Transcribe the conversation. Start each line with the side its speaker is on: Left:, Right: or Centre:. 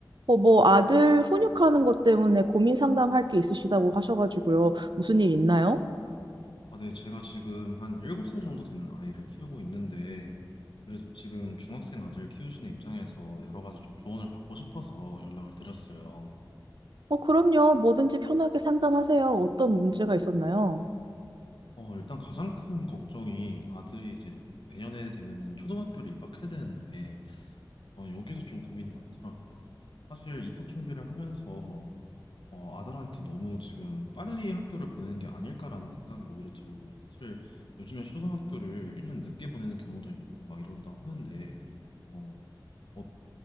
Right: 어, 뭐 아들 훈육하는 것 때문에 고민 상담할 게 있으시다고 하셔가지고요. 무슨 일 있나요?
Left: 아, 네, 제가 지금 한 7살 정도 되는 아이를 키우고 있는데, 그래도 지금 중학생 아들 키우시는 입장에서 여러 가지 좀 조언을 받고 싶어서 연락을 드렸어요.
Right: 어, 그럼요. 뭐든지 편하게 상담하세요. 어떤 문제가 있었나요?
Left: 어, 일단 가장 큰 걱정이 아들이 이제 내년에 되면은 초등학교를 입학해야 되는데, 어, 여기서 좀 고민이 많더라고요. 사실 입학 준비를 하면서 어, 아들한테 너무 지금 빨리 학교를 보내는 게 아닐까라는 생각이 오히려 들고요. 사실 요즘에 초등학교를 1년 늦게 보내는 경우도 있고 막 이런다고 하는데, 어, 어,